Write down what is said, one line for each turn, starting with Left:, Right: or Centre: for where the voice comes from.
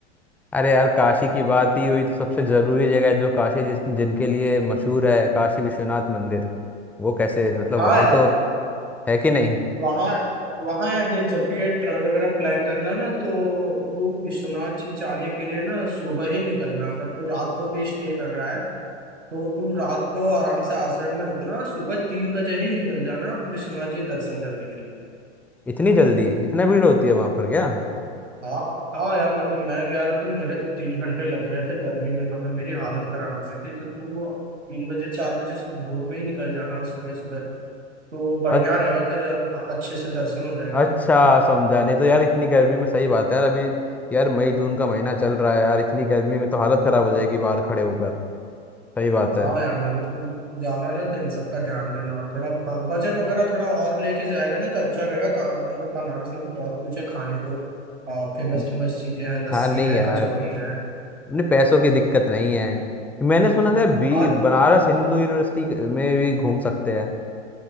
Centre: अरे यार काशी की बात ही हुई तो सबसे जरूरी जगह है जो काशी जिस जिनके लिए मशहूर है काशी विश्वनाथ मंदिर वो कैसे मतलब
Right: हाँ
Centre: वहां
Right: यार
Centre: तो है कि नहीं
Right: वहाँ वहाँ यार देख जब भी ये ट्रैवल वगैरह प्लान करना ना तो तू विश्वनाथ जी जाने के लिए ना सुबह ही निकलना अगर तू रात को भी स्टे कर रहा है तो तू रात को आराम से आश्रम में रुकना सुबह तीन बजे ही निकल जाना विश्वनाथ जी दर्शन करने के लिए
Centre: इतनी जल्दी इतना भीड़ होती है वहां पर क्या
Right: हाँ हाँ यार मतलब मैं गया था तो मेरे तो तीन घंटे लग गए थे गर्मी में मतलब मेरी हालत खराब हो गई थी तो तू तीन बजे चार बजे भोर में ही निकल जाना सुबह सुबह तो बढ़िया
Centre: अच-
Right: रहेगा तेरे अच्छे से दर्शन हो जाएगा
Centre: अच्छा समझा नहीं तो यार इतनी गर्मी में सही बात है यार अभी यार मई जून का महीना चल रहा है यार इतनी गर्मी में तो हालत खराब हो जाएगी बाहर खड़े होकर सही बात है
Right: हाँ यार मतलब तू जाना ना तो इन सब का ध्यान देना और थोड़ा ब- बजट वगैरह थोड़ा और लेके जाएगा ना तो अच्छा रहेगा का- मतलब बनारस में तो बहुत कुछ है खाने को फेमस
Centre: हम्म,
Right: फेमस चीजें हैं लस्सी
Centre: हाँ नहीं
Right: है
Centre: यार
Right: कचौड़ी है
Centre: अपने पैसों की दिक्कत नहीं है मैंने सुना था बी
Right: और
Centre: बनारस हिंदू यूनिवर्सिटी में भी घूम सकते हैं